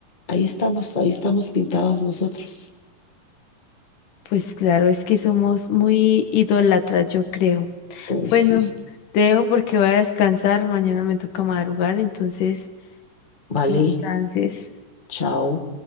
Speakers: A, on the left; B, on the left.
A: Ahí estamos, ahí estamos pintados nosotros.
B: Pues claro, es que somos muy idólatras, yo creo.
A: Uy,
B: Bueno,
A: sí.
B: te dejo porque voy a descansar. Mañana me toca madrugar, entonces que
A: Vale,
B: descanses.
A: chao.